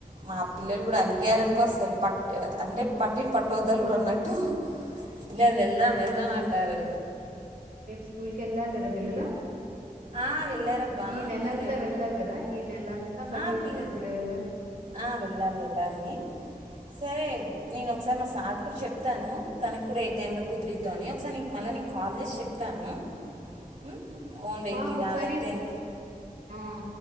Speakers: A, on the right; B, on the right.
A: మా పిల్లలు కూడా అలిగారనికో అసలు పట్ అంటే పట్టిన పట్టుదలున్నట్టు ఇలా వెళ్దాం వెళ్దాం అంటారు.
B: రేపు స్కూల్ కి వెళ్ళాలి కదా పిల్లలు
A: ఆ వెళ్ళారబ్బా
B: ఈ నెలంతా
A: వెళ్ళి
B: వెళ్ళాలి కదా ఈ నెలంతా మళ్ళీ
A: ఆ
B: వచ్చే
A: వెల్
B: నెలలు కూడా వెళ్ళాలి.
A: ఆ వెళ్ళాలి వెళ్ళాలి. సరే నేను ఒకసారి మా సార్ కూడా చెప్తాను తనకి కూడా ఏ టైమ్ లో కుదిరిద్దో అని ఒకసారి నీకు మళ్లీ కాల్ చేసి చెప్తాను. ఉమ్, ఓన్ వెహికలా
B: హా బొక్కసారి
A: లేకపోతే ఎంత
B: ఆ